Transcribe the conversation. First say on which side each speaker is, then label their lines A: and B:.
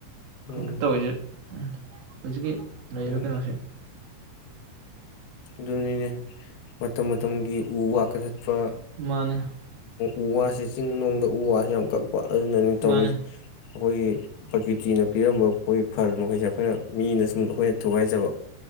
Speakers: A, on the left; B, on the right.
A: ꯎꯝ
B: ꯍꯧꯖꯤꯛꯇ ꯇꯧꯔꯤꯁꯦ ꯎꯝ ꯍꯧꯖꯤꯀꯤ ꯂꯕ
A: ꯎꯝ
B: ꯀꯩꯅꯣꯁꯦ
A: ꯑꯗꯨꯅꯤꯅ ꯃꯇꯝ ꯃꯇꯝꯒꯤ ꯎ ꯋꯥ ꯀꯊ
B: ꯃꯥꯅꯦ
A: ꯎ ꯋꯥꯁꯤꯦ ꯆꯤꯡ ꯅꯨꯡꯗ ꯎ ꯋꯥ ꯍ ꯑꯃꯨꯛ ꯑꯗꯨꯅꯅꯤ ꯇꯧꯔꯤꯁ
B: ꯃꯥꯅꯦ
A: ꯑꯈꯣꯏꯒꯤ ꯄ꯭ꯔꯀꯤꯇꯤꯅ ꯄꯤꯔꯝꯕ ꯑꯩꯈꯣꯏ ꯐꯜ ꯃꯈꯩꯁꯦ ꯑꯩꯈꯣꯏꯅ ꯃꯤꯅ ꯁꯨꯝ ꯑꯈꯣꯏꯅ ꯊꯨꯒꯥꯏꯖꯕ